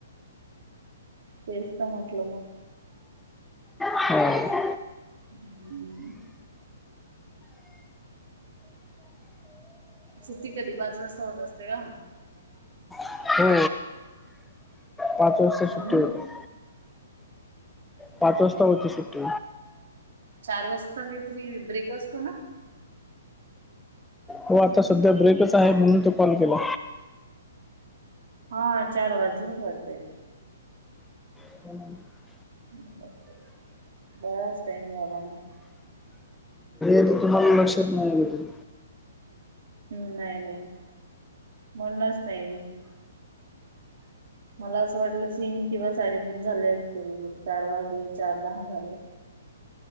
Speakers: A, on the right; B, in the centre.
A: तेचत म्हटलं मग.
B: <unintelligible>
A: हम्म. सुट्टी कधी पाच वाजता होत असते का?
B: हो पाच वाजता
A: हम्म
B: सुुट्टी होते. पाच
A: अच्छा
B: वाजता
A: अच्छा
B: होती सुट्टी
A: चार वाजता काहीतरी ब्रेक असतो ना.
B: हो आता सध्या ब्रेकच आहे म्हणून तर कॉल केला.
A: हा चार वाजलेत वाटतंय.
B: <inaudible>
A: बर बर बरच टाईम झाला ना.
B: परंतु तुम्हाला लक्षात नाही आला ते.
A: हम्म नाही नाही म्हणूनच नाही. मला असं वाटलं तीन किंवा साडेतीन झाले असतील मग चार वाजले चार दहा झाले.